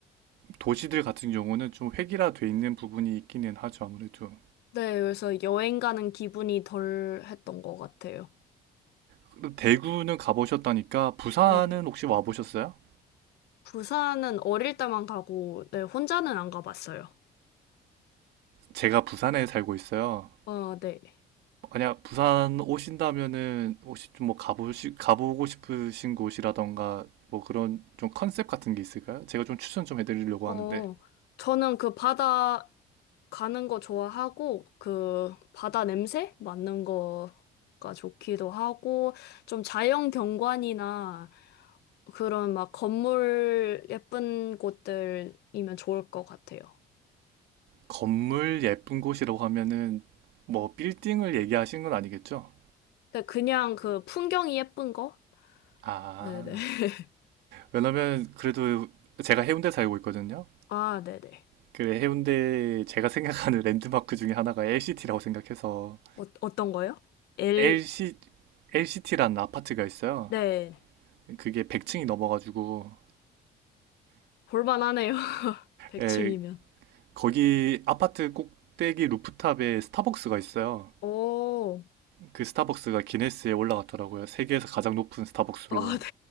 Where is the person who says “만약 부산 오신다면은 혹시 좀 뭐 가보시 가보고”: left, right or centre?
Right